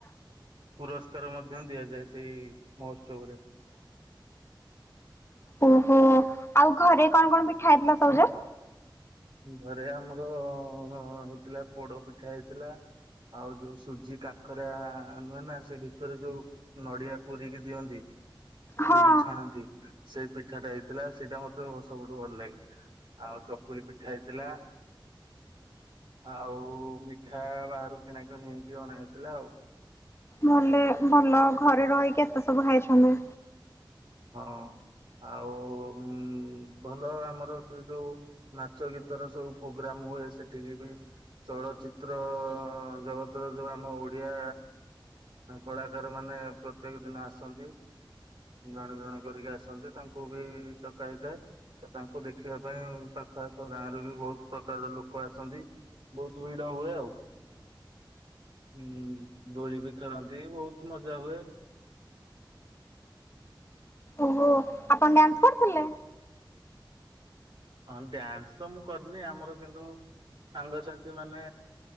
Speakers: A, on the right (about 70°); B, on the left (about 30°).
A: ପୁରସ୍କାର ମଧ୍ୟ ଦିଆଯାଏ ସେଇ ମହୋତ୍ସବରେ।
B: ଓହୋ ଆଉ ଘରେ କଣ କଣ ପିଠା ହେଇଥିଲା ସବୁଜେ?
A: ଘରେ ଆମର ହେଇଥିଲା ପୋଡ଼ ପିଠା ହେଇଥିଲା। ଆଉ ଯଉ ସୁଜି କାକରା ନୁହେଁ ନା ସେ ଭିତରେ ଯଉ ନଡ଼ିଆ କୁରିକି ଦିଅନ୍ତି।
B: ହଁ।
A: ଦେଇକି ଛାଣନ୍ତି ସେଇ ପିଠାଟା ହେଇଥିଲା ସେଇଟା ମତେ ସବୁଠୁ ଭଲ ଲାଗେ। ଆଉ ଚକୁଳି ପିଠା ହେଇଥିଲା। ଆଉ ମିଠା ବାହାରୁ କିଣା କିଣି ହେଇକି ଅଣା ହେଇଥିଲା ଆଉ।
B: ଭଲେ ଭଲ ଘରେ ରହିକି ଏତେ ସବୁ ହେଇଛନ୍ତି।
A: ହଁ ଆଉ ଉଁ ଭଲ ଆମର ସେ ଯଉ ନାଚ ଗୀତର ସବୁ ପୋଗ୍ରାମ ହୁଏ ସେଠିକି ବି ଚଳଚିତ୍ର ଜଗତର ଯୋଉ ଆମ ଓଡିଆ କଳାକାର ମାନେ ପ୍ରତ୍ୟେକ ଦିନ ଆସନ୍ତି। ଜଣେ ଜଣ କରିକି ଆସନ୍ତି ତାଙ୍କୁ ବି ଡକା ହେଇଥାଏ। ତ ତାଙ୍କୁ ଦେଖିବା ପାଇଁ ପାଖାଆଖ ଗାଁରୁ ବି ବହୁତ ପ୍ରକାରର ଲୋକ ଆସନ୍ତି। ବହୁତ ଭିଡା ହୁଏ ଆଉ। ହୁଁ ଦୋଳି ବି ଖେଳନ୍ତି, ବହୁତ ମଜା ହୁଏ।
B: ଓହୋ ଆପଣ ଡ୍ୟାନ୍ସ କରିଥିଲେ?
A: ହଁ ଡ୍ୟାନ୍ସ ତ ମୁଁ କରିନି ଆମର କିନ୍ତୁ ସାଙ୍ଗସାଥି ମାନେ